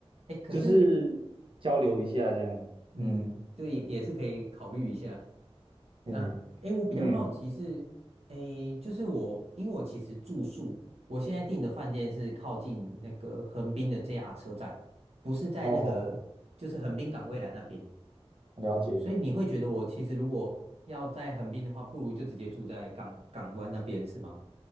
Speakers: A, on the right; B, on the right.
A: 哎，可是
B: 就是交流一下这样，
A: 嗯，
B: 嗯
A: 这也也是可以考虑一下。
B: 嗯
A: 那哎，诶我比较好奇是，
B: 嗯，
A: 哎，就是我因为我其实住宿，我现在订的饭店是靠近那个横滨的 JR 车站，不是在那个就是横滨港未来那边。
B: 好好好了解。
A: 所以你会觉得我其实如果要在横滨的话，不如就直接住在港港湾那边，是吗？